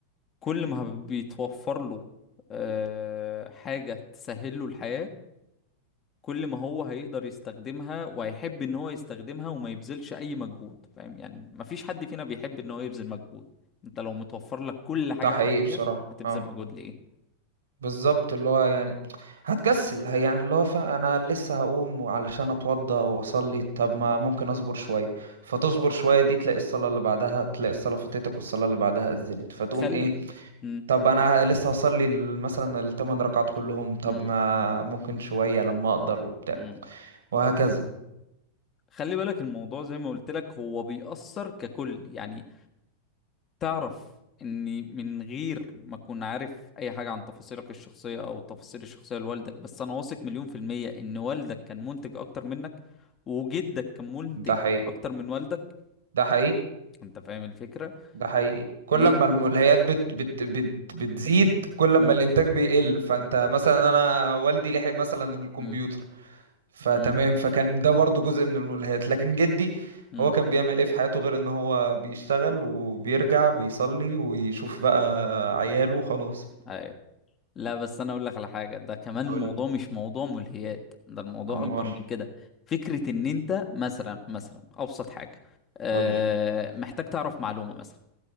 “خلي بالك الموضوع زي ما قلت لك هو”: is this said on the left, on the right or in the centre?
Left